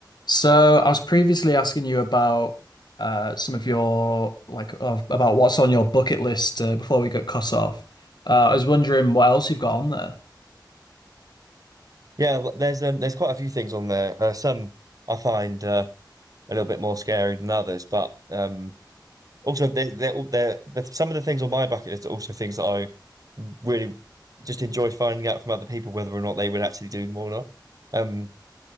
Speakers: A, on the left (about 65°); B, on the right (about 50°).
A: So I was previously asking you about uh, some of your like of, about what's on your bucket list uh, before we got cut off. Uh, I was wondering what else you've got on there.
B: Yeah, but there's um, there's quite a few things on there. Uh, some I find uh, a little bit more scary than others, but um, also they they're, all- they're, they're some of the things on my bucket list are also things that I really just enjoy finding out from other people whether or not they would actually do them or not. Um,